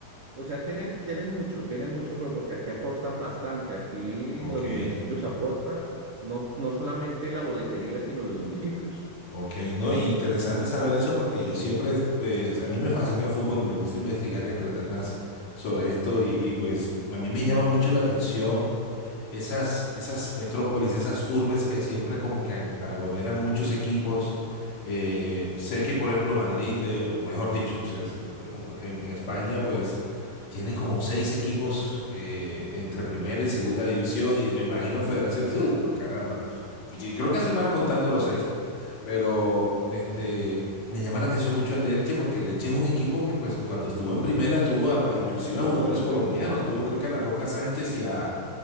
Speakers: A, on the right; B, on the left.
A: o sea, tienen, tienen mucho, tienen mucho, pero porque aquí aportan bastante. Aquí
B: ok.
A: los municipios aportan, no, no solamente la boletería, sino los municipios.
B: Ok, no, interesante saber eso porque yo siempre, pues, a mí me fascina el fútbol y me gusta investigar y aprender más sobre esto y, y, pues a mí me llama mucho la atención esas, esas metrópolis, esas urbes que siempre como que ag- aglomeran muchos equipos. Eh, sé que por ejemplo Madrid, eh, o mejor dicho, o sea, es un- en, en España pues tiene como seis equipos eh, entre primera y segunda división y me imagino en federaciones, uy, no caramba, y creo que estoy mal contando los seis. Pero este, me llama la atención mucho el Elche porque el Elche es un equipo que pues cuando estuvo en primera tuvo a, a- inclusive a jugadores colombianos, tuvo creo que a La Roca Sánchez y a,